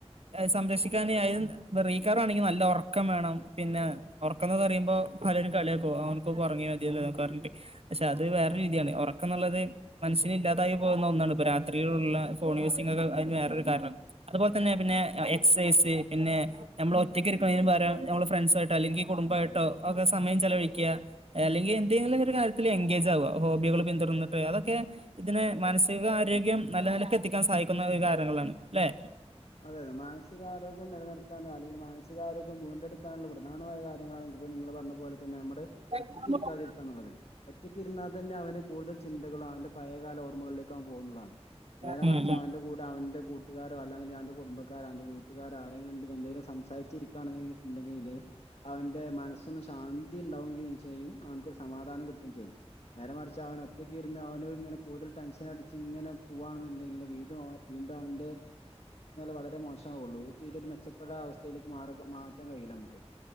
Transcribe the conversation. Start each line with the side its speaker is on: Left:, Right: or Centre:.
Right: സംരക്ഷിക്കാണെങ്കിൽ നല്ല ഉറക്കം വേണം പിന്നെ ഉറക്കം എന്ന് പറയുമ്പോ പലരും കളിയക്കും അവനങ്ങ് ഉറങ്ങി.. പറ പക്ഷെ അത് വേറെ രീതിയാണ് ഉറക്ക എന്നുള്ളത് മനുഷ്യന് ഇല്ലാതാക്ക പോകുന്ന ഒന്നാണ് ഇപ്പൊ രാത്രിയിലള്ള ഫോൺ യൂസിംഗ് ഒക്കെ അതിന് വേറൊരു കാരണം അതുപോലെ തന്നെ പിന്നെ എക്സസൈസ് പിന്നെ നമ്മൾ ഒറ്റയ്ക്ക് ഇരിക്കുന്നതിന് പകരം നമ്മൾ ഫ്രണ്ട്സും ആയിട്ടോ അല്ലെങ്കിൽ കുടുംബമായിട്ടോ ഒക്കെ സമയം ചെലവഴിക്കുക അല്ലെങ്കിൽ എന്തെങ്കിലും ഒരു കാര്യത്തിൽ എൻഗേജ് ആവുക ഹോബികൾ പിന്തുടന്നിട്ട് അതൊക്കെ ഇതിനെ മാനസികാരരോഗ്യം നല്ല നിലക്ക് എത്തിക്കാൻ സഹായിക്കുന്ന ഒരു കാര്യങ്ങളാണ് അല്ലെ
Left: അതെ അതെ മാനസികാരോഗ്യം നിലനിർത്താനോ അല്ലെങ്കിൽ മാനസികാരോഗ്യം വീണ്ടെടുക്കാനുള്ള.. പ്രധാനമായ കാര്യങ്ങള നിങ്ങൾ പറഞ്ഞ പോലെ തന്നെ നമ്മുടെ
Right: ഉം
Left: ഒറ്റക്ക് ഇരിക്കാതിരിക്കാ എന്നുള്ളത് ഒറ്റക്ക് ഇരുന്നാൽ തന്നെ അവന് കൂടുതൽ ചിന്തകളും അവന്റെ പയകാല ഓമ്മകളിലേക്ക് അവ പോകുന്നതാണ് നേരെ
Right: ഉം
Left: മറിച്ച്
Right: ഉം
Left: അവന്റെ കൂടെ അവന്റെ കൂട്ടുകാരോ അല്ലാ ഞനോ കുടുംബക്കാർ ആണെങ്കിലും അവന്റെ വീട്ടുകാർ ആരെങ്കിലും ഉണ്ടെങ്കിൽ എന്തെങ്കിലും സംസാരിച്ചിരിക്കുകയാണങ്കിൽ ഉണ്ടെങ്കില് അവന്റെ മനസ്സൊന്ന് ശാന്തി ഉണ്ടാവുകയും ചെയ്യും അവനെരു സമാധാനം കിട്ടുകയും ചെയ്യും നേരെ മറിച്ച് അവൻ ഒറ്റക്ക ഇരുന്ന് അവന് ഇങ്ങനെ കൂടുതൽ ടെൻഷൻ അടിച്ച് ഇങ്ങനെ പോവുകവാണെന്നുണ്ടെങ്കില് വീണ്ടും വീണ്ടും അവന്റെ.. വളരെ മോശം ഉള്ള തീര ഒരു മെച്ചപ്പെട്ട അവസ്ഥയിലേക്ക് മാറ മാറ്റാൻ കഴിയില്ല നമുക്ക്